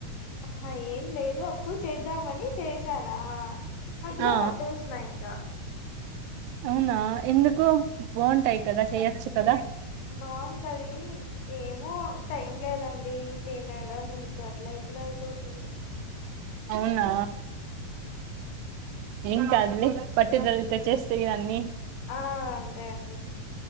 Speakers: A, on the left; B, on the right.
A: ఆహా ఏం లేదు అప్పుడు చేద్దామని చేసానా మజలో
B: ఆ
A: ఆపేసినా ఇకా
B: అవునా ఎందుకు బాగుంటాయి కదా చెయచ్చు కదా
A: బాగుంటది ఏమో టైం లేదండి తినడం ఇంకా అట్లా ఇట్లా అయిపోతుంది
B: అవునా ఏం కాదులే. పట్టుదలతో చేస్తే ఇవన్ని
A: ఆ అంతే అండి